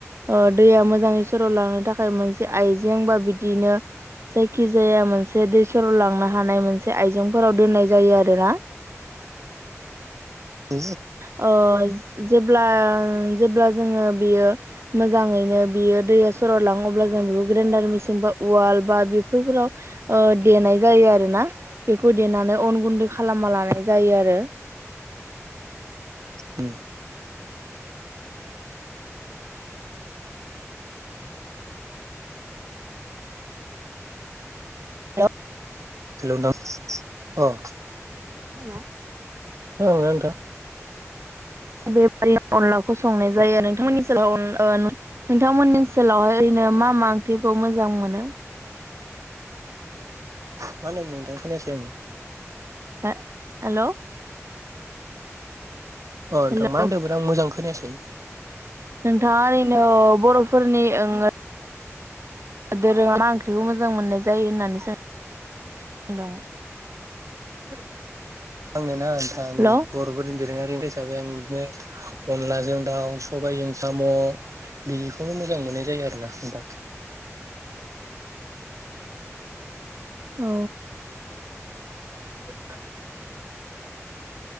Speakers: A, on the right; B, on the right.
A: ओ दैया मोजाङै सर' लांनो थाखाय मोनसे आइजें बा बिदिनो जायखि जाया मोनसे दै सर'लांनो हानाय मोनसे आयजेंफोराव दोननाय जायो आरोना।
B: औ
A: अ जेब्ला जेब्ला जोङो बियो मोजाङैनो बियो दैया सर' लाङो अब्ला जों बेखौ ग्रेन्डार मेसिन बा वाल बा बेफोरफोराव ओ देनाय जायो आरोना बेखौ देनानै अन गुन्दै खालामना लानाय जायो आरो।
B: उम।
A: औ।
B: हेलौ नोंथां अ।
A: <unintelligible>
B: <unintelligible> <inaudible>
A: बेबादि अनलाखौ संनाय जायो नोंथांमोननि सोलाव ओ नोंथांमोननि सोलावहाय ओरैनो मा मा ओंख्रिखौ मोजां मोनो?
B: मा होनदों नोंथां? खोनायाखै आं।
A: हे हेल'।
B: अ नोंथां
A: हेल'
B: मा होन्दोंमोन आं मोजां खोनायासै।
A: नोंथाङा ओरैनो बर'फोरनि ओं धोरोमा ओंख्रिखौ मोजां मोननाय जायो होननानै सोंदोंमोन। <unintelligible>
B: आङो ना नोंथां
A: हेल' औ
B: बर'फोरनि दोरोङारि हिसाबै आं बिदिनो अनलाजों दाव सबायजों साम' बिदिखौनो मोजां मोननाय जायो आरोना नोंथां।
A: औ। <unintelligible>